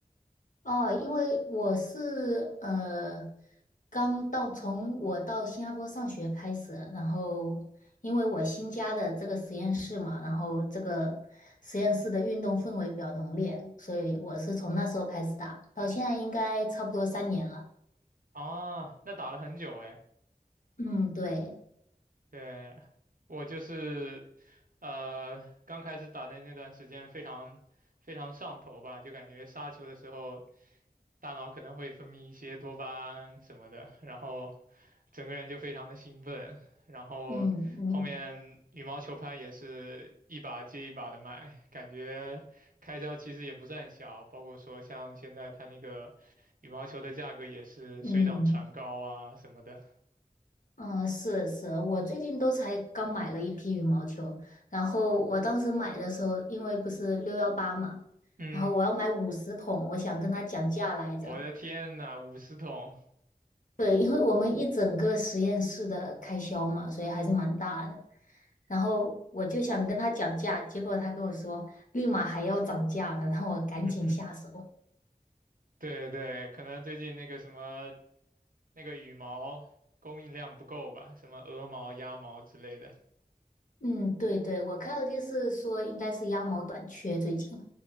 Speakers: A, on the left (about 55°); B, on the right (about 65°).
A: 哦，因为我是呃，刚到从我到新加坡上学开始，然后因为我新加的这个实验室嘛，然后这个实验室的运动氛围比较浓烈，所以我是从那时候开始打，到现在应该差不多三年了。
B: 啊，那打了很久诶。
A: 嗯，对，
B: 对，我就是，呃，刚开始打的那段时间非常非常上头吧，就感觉杀球的时候，大脑可能会分泌一些多巴胺什么的，然后整个人就非常的兴奋，然后后面羽毛球拍也是一把接一把的买，
A: 嗯嗯
B: 感觉开销其实也不算小，包括说像现在它那个羽毛球的价格也是水涨船高啊什么的。
A: 嗯。嗯，是是，我最近都才刚买了一批羽毛球，然后我当时买的时候，因为不是六幺八嘛，
B: 嗯，
A: 然后我要买五十桶，我想跟他讲价来着。
B: 我的天呐，五十桶！
A: 对，因为我们一整个实验室的开销嘛，所以还是蛮大的。然后我就想跟他讲价，结果他跟我说立马还要涨价呢，让我赶紧下手。
B: <laughs> 嗯哼，对对，可能最近那个什么那个羽毛供应量不够吧，什么鹅毛、鸭毛之类的
A: 嗯，对对，我看到就是说应该是鸭毛短缺最近。